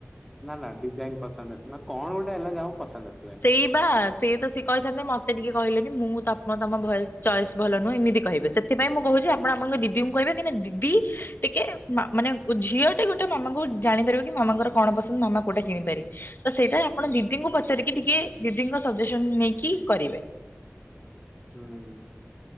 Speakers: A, in the centre; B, on the left (about 45°).
A: ନା ନା ଡିଜାଇନ ପସନ୍ଦ ଆସ ନା କଣ ଗୋଟେ ହେଲା। ଯାହାଉ ପସନ୍ଦ ଆସିଲାନି।
B: ସେଇ ବା ସିଏ ତ ସିଏ କହିଥାନ୍ତେ, ମୋତେ ଟିକେ କହିଲେନି ମୁଁ ତ ମୁଁ ତମ ଭଏ ଚଏସ ଭଲ ନୁହେଁ ଏମିତି କହିବେ। ସେଥିପାଇଁ ମୁଁ କହୁଛି, ଆପଣ ଆପଣଙ୍କ ଦିଦି ଙ୍କୁ କହିବେ କାହିଁକି ନା ଦିଦି ଟିକେ ମା ମାନେ ଝିଅ ଟେ ଗୋଟେ ମାମାଙ୍କୁ ଜାଣିପାରିବ କି, ମାମାଙ୍କର କଣ ପସନ୍ଦ ମାମା କୋଉଟା କିଣିପାରିବେ। ତ ସେଇଟା ଆପଣ ଦିଦିଙ୍କୁ ପଚାରିକି ଟିକେ, ଦିଦିଙ୍କ ସଜେସନ ନେଇକି କରିବେ।
A: ହୁଁ।